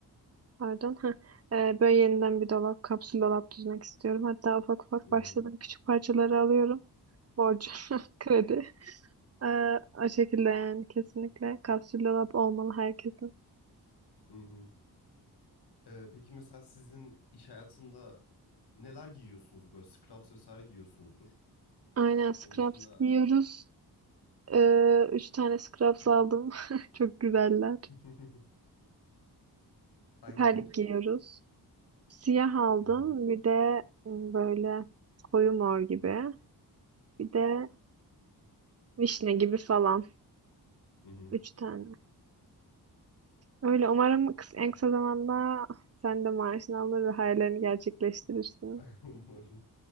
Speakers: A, on the right; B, on the left.
A: Pardon. Heh. Ee, böyle yeniden bir dolap, kapsül dolap düzmek istiyorum. Hatta ufak ufak
B: <laughs> Hı
A: başladım.
B: hı.
A: Küçük parçaları alıyorum. Borcu, <laughs> kredi. Ee, o şekilde yani kesinlikle kapsül dolap olmalı herkesin.
B: Hı hı. Ee, peki mesela sizin iş hayatında neler giyiyorsunuz böyle scrubs vesaire giyiyorsunuzdur.
A: Aynen scraps
B: Onun dışında
A: giyiyoruz. Ee, üç tane scrubs aldım. <laughs> Çok güzeller.
B: <laughs> hangi
A: Terlik
B: renk?
A: giyiyoruz. Siyah aldım.
B: Hı hı.
A: Bir de m, böyle koyu mor gibi. Bir de vişne gibi falan.
B: Hı hı.
A: Üç tane. Öyle umarım kıs- en kısa zamanda sen de maaşını alır ve hayallerini gerçekleştirirsin.
B: <laughs> Umarım.